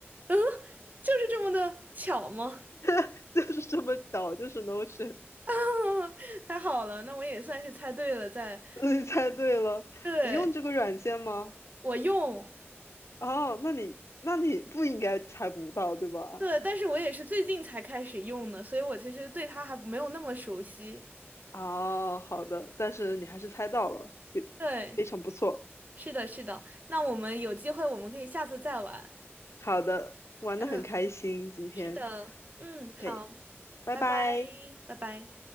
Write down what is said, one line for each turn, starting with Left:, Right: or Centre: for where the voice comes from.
Right: 嗯，就是这么的巧吗？
Left: <laughs> 就是这么巧，就是 Notion，
Right: <laughs> 太好了，那我也算是猜对了，在
Left: 嗯你猜对了。
Right: 对。
Left: 你用这个软件吗？
Right: 我用，
Left: 哦，那你那你不应该猜不到，对吧？
Right: 对，但是我也是最近才开始用的，所以我其实对它还没有那么熟悉。
Left: 哦，好的，但是你还是猜到了，非非常不错。
Right: 对，是的，是的。那我们有机会，我们可以下次再玩。
Left: 好的，玩的很开心，
Right: 嗯，
Left: 今天
Right: 是的，嗯，好，
Left: ，OK，拜拜。
Right: 拜拜，拜拜。